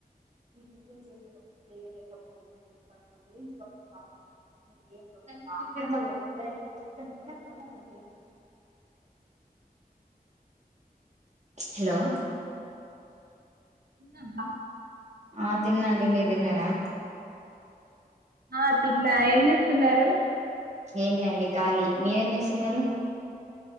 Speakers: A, on the right (about 45°); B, on the right (about 75°).
A: <inaudible> Hello
B: అబ్బ
A: ఆ తిన్నండి మీరు తిన్నారా
B: ఆ తిన్నా ఏం చేస్తున్నారు
A: ఏం లేండి ఖళీ మీరేం చేస్తున్నారు